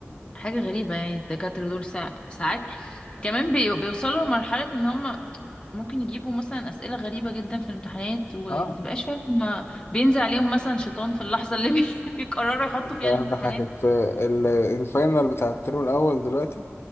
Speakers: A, on the left; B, on the left.
A: حاجة غريبة يعني الدكاترة دول ساع- ساعات كمان بي- بيوصلوا لمرحلة ان هم ممكن يجيبوا مثلا أسئلة غريبة جدا في الامتحانات وما
B: اه
A: تبقاش فاهم هما بينزل عليهم مثلا شيطان في اللحظة اللي بي- <laughs> بيقرروا يحطوا فيها
B: بحكك
A: الامتحانات
B: في ال- الفاينل بتاع الترم الأول دلوقتي